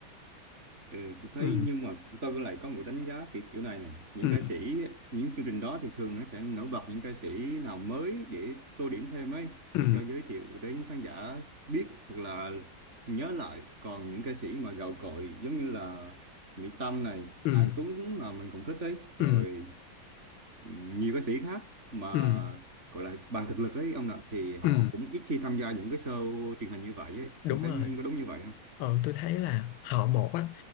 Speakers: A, on the right; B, on the left.
A: Ừ, tôi thấy
B: ừ
A: nhưng mà tôi lại có một đánh giá kiểu, kiểu này này những
B: ừ
A: ca sĩ những chương trình đó thì thường nó sẽ nổi bật những ca sĩ nào mới để tô điểm thêm ấy
B: ừ
A: để cho giới thiệu đến khán giả biết hoặc là nhớ lại còn những ca sĩ mà gạo cội giống như là Mỹ Tâm này
B: ừ
A: Hà Anh Tuấn mà mình cũng thích đấy rồi
B: ừ
A: ừm, nhiều ca sĩ khác mà
B: ừ
A: gọi là bằng thực lực ấy ông ạ thì họ
B: ừ
A: cũng ít khi tham gia những cái show truyền hình như vậy ấy
B: đúng
A: ông thấy
B: rồi
A: có đúng như vậy không
B: ờ tôi thấy là họ một á